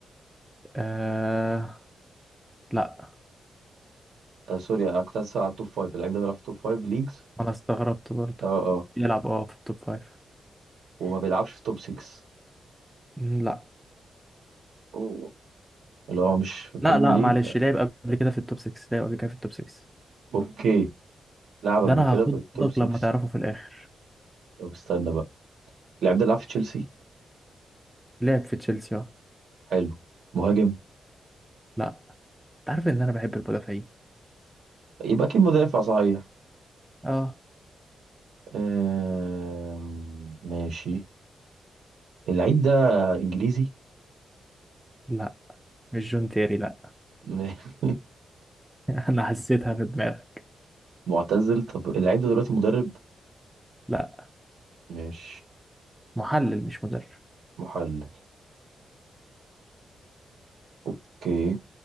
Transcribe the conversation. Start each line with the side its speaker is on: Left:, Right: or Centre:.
Centre: آه لا
Right: آه سوري انا كنت هسأل على التوب 5 اللاعب ده بيلعب في التوب 5 ليجز
Centre: انا استغربت برضو
Right: اه اه
Centre: بيلعب اه في التوب فايف
Right: وما بيلعبش في توب 6
Centre: مم، لا
Right: أوه. اللي هو مش في بريمير
Centre: لا لا
Right: ليج
Centre: معلش لعب قبل كده في التوب 6 لعب قبل كده في التوب 6
Right: اوكي لعب قبل
Centre: ده انا
Right: كده
Centre: هاخدك
Right: في التوب 6
Centre: لما تعرفه في الاخر
Right: طب استنى بقى اللاعب ده لعب في تشيلسي
Centre: لعب في تشيلسي اه
Right: حلو مهاجم
Centre: لا انت عارف ان انا بحب المدافعين
Right: يبقى اكيد مدافع صحيح
Centre: اه
Right: أم... ماشي اللعيب ده انجليزي
Centre: لا مش جون تيري لا
Right: <laughs>
Centre: <laughs> انا حسيتها في دماغك
Right: معتزل طب اللعيب ده دلوقتي مدرب
Centre: لا
Right: مش
Centre: محلل مش مدرب
Right: محلل اوكي